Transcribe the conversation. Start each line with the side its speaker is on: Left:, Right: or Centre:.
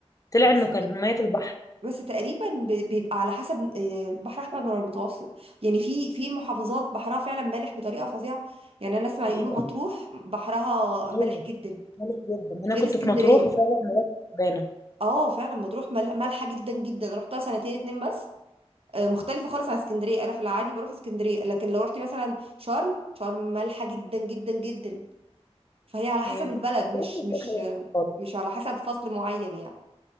Left: طلع
Right: بس
Left: انه كان مية البحر
Right: بس تقريبا ب- بيبقى على حسب آه، بحر احمر ولا المتوسط يعني في في محافظات بحرها فعلا مالح بطريقه فظيعه يعني انا اسمع
Left: هي
Right: يقولوا مطروح بحرها
Left: هي
Right: مالح جدا
Left: ملح جدا انا
Right: غير
Left: كنت
Right: اسكندريه
Left: في مطروح وفعلا مرات تعبانة
Right: اه فعلا مطروح مال- مالحه جدا جدا رحتها سنتين اتنين بس آه، مختلفه خالص عن اسكندريه انا في العادي بروح اسكندريه لكن لو رحتي مثلا شرم شرم مالحه جدا جدا جدا فهي على حسب
Left: إيه.
Right: البلد مش
Left: مطروح في البحر
Right: مش
Left: يا
Right: آه،
Left: أخي خالص.
Right: مش على حسب فصل معين